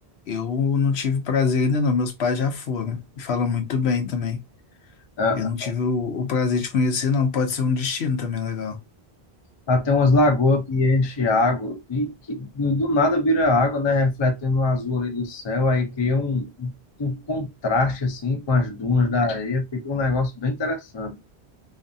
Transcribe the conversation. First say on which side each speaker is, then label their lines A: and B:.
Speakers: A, on the left; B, on the left.
A: Eu não tive prazer ainda não, meus pais já foram e falam muito bem também.
B: Ah,
A: Eu não tive o, o prazer de conhecer, não. Pode ser um destino também legal.
B: Lá tem umas lagoas que enche água, que, que do do nada vira água, né? Refletindo no azul ali do céu, aí cria um, um contraste assim com as dunas da areia, fica um negócio bem interessante.